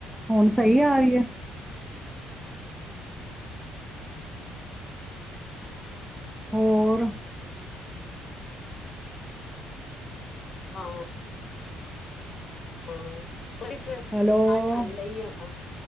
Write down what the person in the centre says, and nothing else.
ਹੁਣ ਸਈ ਆ ਰਈ ਐ? ਹੋਰ
ਹੈਲੋ